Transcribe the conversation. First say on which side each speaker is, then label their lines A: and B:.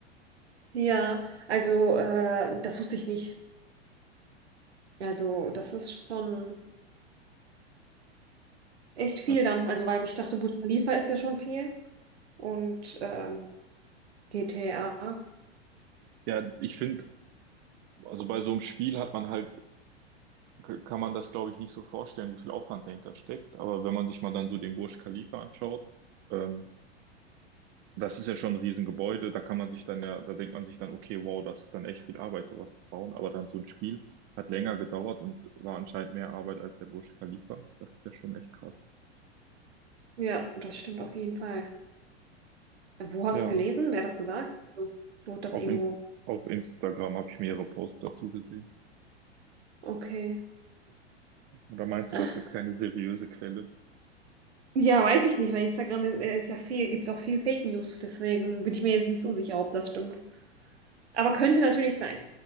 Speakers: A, on the right; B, on the right.
A: Ja, also äh, das wusste ich nicht. Also das ist schon echt viel
B: Das,
A: dann. Also weil ich dachte, Burj Khalifa ist ja schon viel. Und ähm, GTA.
B: ja, ich finde, also bei so einem Spiel hat man halt k- kann man das, glaube ich, nicht so vorstellen, wie viel Aufwand dahinter steckt. Aber wenn man sich mal dann so den Burj Khalifa anschaut, ähm, das ist ja schon ein Riesengebäude, da kann man sich dann ja, da denkt man sich dann, okay, wow, das ist dann echt viel Arbeit, sowas zu bauen. Aber dann so ein Spiel hat länger gedauert und war anscheinend mehr Arbeit als der Burj Khalifa. Das ist ja schon echt krass.
A: Ja, das stimmt auf jeden Fall. Wo hast
B: Ja,
A: du es gelesen? Wer hat das gesagt? So, Wurde das
B: auf
A: irgendwo?
B: Inst auf Instagram habe ich mehrere Posts dazu gesehen.
A: Okay.
B: Oder meinst du,
A: <laughs>
B: das ist jetzt keine seriöse Quelle?
A: Ja, weiß ich nicht, weil Instagram ist, äh, ist ja viel, gibt es auch viel Fake News. Deswegen bin ich mir jetzt nicht so sicher, ob das stimmt. Aber könnte natürlich sein.